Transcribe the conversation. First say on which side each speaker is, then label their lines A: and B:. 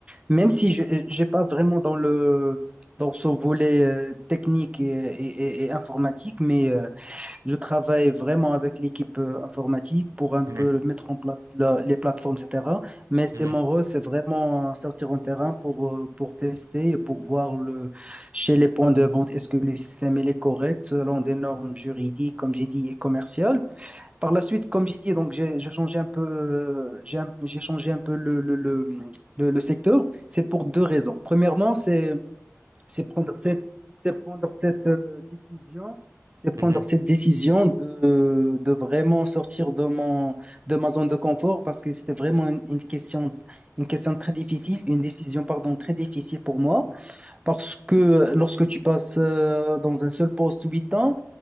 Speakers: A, on the right; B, on the right.
A: Même si je n'ai pas vraiment dans le dans ce volet euh, technique et, et- et- et informatique, mais euh, je travaille vraiment avec l'équipe euh, informatique pour un
B: mhm,
A: peu mettre en place la- les plateformes, etc. Mais c'est
B: mhm,
A: mon rôle, c'est vraiment sortir en terrain pour, euh, pour tester et pour voir le, chez les points de vente, est-ce que le système il est correct selon des normes juridiques, comme j'ai dit, et commerciales. Par la suite, comme j'ai dit, donc j'ai j'ai changé un peu, euh, j'ai un- j'ai changé un peu le, le, le, le- le secteur. C'est pour deux raisons. Premièrement, c'est c'est prendre cette, c'est prendre cette euh, décision, c'est
B: mhm,
A: prendre cette décision de, de vraiment sortir de mon de ma zone de confort parce que c'était vraiment une, une question une question très difficile, une décision pardon très difficile pour moi parce que lorsque tu passes euh, dans un seul poste huit ans.